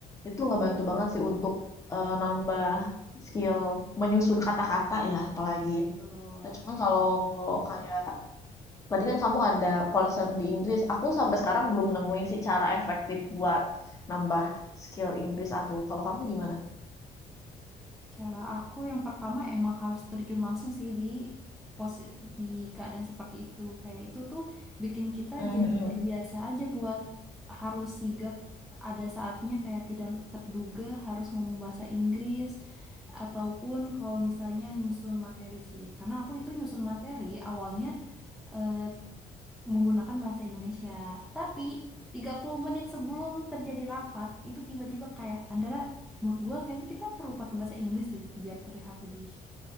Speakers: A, on the left (about 20°); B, in the centre.
A: Itu ngebantu banget sih untuk, eee, nambah skill menyusun kata-kata ya apalagi.
B: betul.
A: Nah cuman kalau kayak tadi kan kamu ada concern di Inggris, aku sampai sekarang belum nemuin sih cara efektif buat nambah skill Inggris aku. Kalau kamu gimana?
B: Cara aku yang pertama emang harus terjun langsung sih di posi- di keadaan seperti itu. Kayak itu tuh bikin kita
A: Mmm,
B: jadi
A: mhm.
B: terbiasa aja buat harus sigap ada saatnya kayak tidak terduga harus ngomong bahasa Inggris ataupun kalau misalnya nyusun materi sih. Karena aku itu nyusun materi awalnya eh, menggunakan bahasa Indonesia. Tapi 30 menit sebelum terjadi rapat, itu tiba-tiba kayak Andara, menurut gua kayaknya kita perlu pakai bahasa Inggris deh gitu biar terlihat lebih